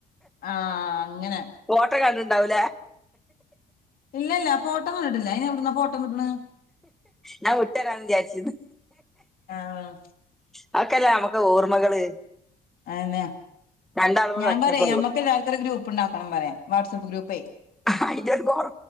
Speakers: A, on the left; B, in the centre.
A: ആഹ് അങ്ങനെ
B: ഓട്ടക്കണ്ട് ണ്ടാവൂലേ
A: ഇല്ല ഇല്ല ഫോട്ടം കണ്ടിട്ടില്ല അയിന് എവിടുന്നാ ഫോട്ടോ കിട്ടണ്
B: ഞാൻ വിട്ടര വിചാരിച്ചിനൂ
A: ആഹ്
B: അതൊക്കല്ലേ നമ്മുക്ക് ഓർമ്മകള്
A: അതെന്നെ
B: രണ്ടാളും കൂടെ
A: ഞാൻ
B: ഒറ്റക്കൊള്ളു
A: പറയാ മ്മക്ക് എല്ലാർക്കും ഒരു ഗ്രൂപ്പ് ഉണ്ടാക്കണം പറയാ വാട്സആപ്പ് ഗ്രൂപ്പേ
B: <unintelligible>